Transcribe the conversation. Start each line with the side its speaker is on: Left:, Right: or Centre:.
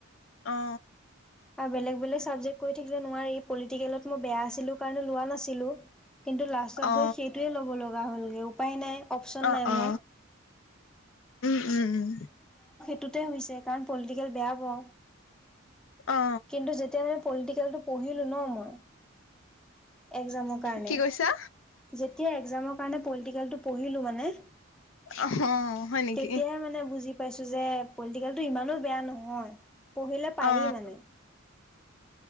Left: অ
Centre: বেলেগ বেলেগ বোলে চাবজেক্ট ঠিক নোৱাৰি পলিটিকেলত মই বেয়া আছিলো কাৰণে লোৱা নাছিলো। কিন্তু লাষ্টত
Left: অ
Centre: গৈ সেইটোয়ে ল'ব লগা হ'লগৈ। উপায় নাই
Left: অ অ
Centre: মোৰ
Left: উম - উম।
Centre: হেইটোতে হৈছে কাৰণ পলিটিকেল বেয়া পাও
Left: অ
Centre: কিন্তু যেতিয়া পলিটিকেলটো পঢ়িলো ন মই এক্সামৰ কাৰণে
Left: কি কৈছা
Centre: যেতিয়া এক্সামৰ কাৰণে পলিতিকেলটো পঢ়িলো মানে
Left: অ, হয় নেকি?
Centre: তেতিয়াই মানে বুজি পাইছো যে পলিটিকেলটো ইমানো বেয়া নহয় পঢ়িলে পাৰি
Left: অ
Centre: মানে